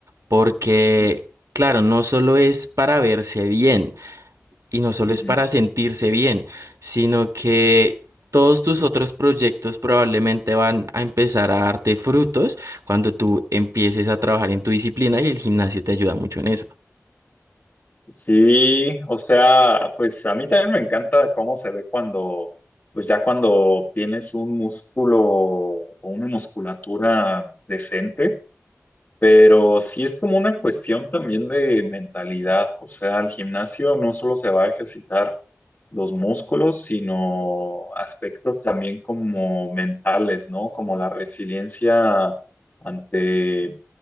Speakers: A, on the right (about 90°); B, on the left (about 35°).
A: porque
B: ujú,
A: claro, no solo es para verse bien. Y no solo
B: ujú,
A: es para
B: ujú.
A: sentirse bien, sino que todos tus otros proyectos probablemente van a empezar a darte frutos cuando tú empieces a trabajar en tu disciplina y el gimnasio te ayuda mucho en eso.
B: Sí, o sea, pues a mí también me encanta cómo se ve cuando, pues ya cuando tienes un músculo o una musculatura decente, pero sí es como una cuestión también de mentalidad, o sea, al gimnasio no solo se va a ejercitar los músculos, sino aspectos también como mentales, ¿no? Como la resiliencia ante